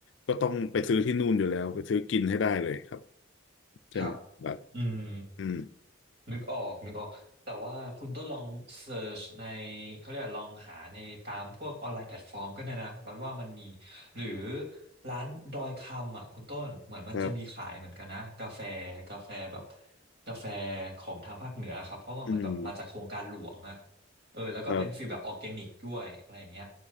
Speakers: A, on the left (about 65°); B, on the right (about 55°).
A: ก็ต้องไปซื้อที่นู่นอยู่แล้วไปซื้อกินให้ได้เลยครับใช่ไหมแบบ
B: ครับอืม
A: อืม
B: นึกออกนึกออกแต่ว่าคุณต้องลองเซิร์ชในเขาเรียกว่าลองหาในตามพวกออนไลน์แพลตฟอร์มก็ได้นะบัดว่ามันมีหรือร้านดอยคำอ่ะคุณต้นเหมือนมันจะมีขายเหมือนกันนะกาแฟกาแฟแบบ
A: ครับ
B: กาแฟของทางภาคเหนือครับเพราะว่าเหมือนแบบมาจากโครงการหลวงอ่ะ
A: อืม
B: เออแล้วก็เป็นฟีลแบบออร์แกนิกด้วยอะไรอย่างเงี้ย
A: ครับ